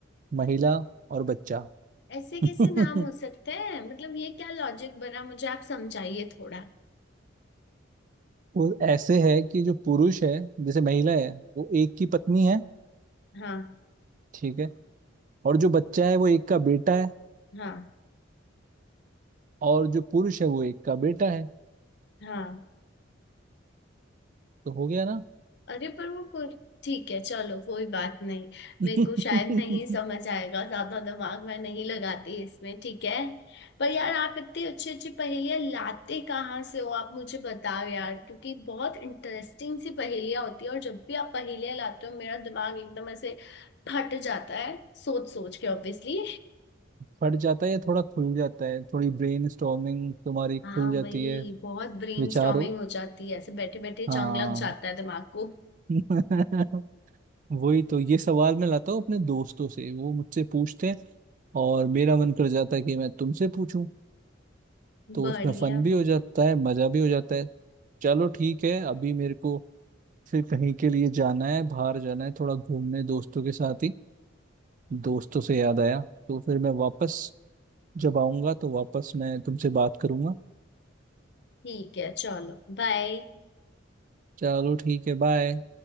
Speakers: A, on the right; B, on the left.
A: महिला और बच्चा
B: ऐसे कैसे
A: <laughs>
B: नाम हो सकते हैं मतलब ये क्या लॉजिक बना मुझे आप समझाइए थोड़ा
A: वो ऐसे है कि जो पुरुष है जैसे महिला है वो एक की पत्नी है
B: हाँ
A: ठीक है और जो बच्चा है वो एक का बेटा है
B: हाँ
A: और जो पुरुष है वो एक का बेटा है
B: हाँ
A: तो हो गया ना
B: अरे पर वो पुर... ठीक है चलो कोई बात नहीं
A: <laughs>
B: मेरे को शायद
A: हम्म,
B: नहीं समझ आएगा ज्यादा दिमाग मैं नहीं लगाती इसमें ठीक है पर यार आप इतनी अच्छी अच्छी पहेलियां लाते कहाँ से हो आप मुझे बताओ यार क्योंकि बहुत इंटरेस्टिंग सी पहेलियां होती है और जब भी आप पहेलियां लाते हो मेरा दिमाग एकदम ऐसे फट जाता है सोच सोच के ऑब्वियसली
A: फट जाता है या थोड़ा खुल जाता है थोड़ी ब्रेन स्टॉर्मिंग तुम्हारी खुल
B: हाँ
A: जाती
B: वही
A: है
B: बहुत ब्रेनस्टॉर्मिंग
A: विचारों
B: हो जाती है ऐसे बैठे बैठे जंग
A: हाँ
B: लग जाता है दिमाग को
A: <laughs> वही तो ये सवाल मैं लाता हूँ अपने दोस्तों से वो मुझसे पूछते हैं और मेरा मन कर जाता है कि मैं तुमसे पूछूं तो
B: बढ़िया
A: उसमें फन भी हो जाता है मजा भी हो जाता है चलो ठीक है अभी मेरे को फिर कहीं के लिए जाना है बाहर जाना है थोड़ा घूमने दोस्तों के साथ ही दोस्तों से याद आया तो फिर मैं वापस जब आऊंगा तो वापस मैं तुमसे बात करूंगा
B: ठीक है चलो बाय
A: चलो ठीक है बाय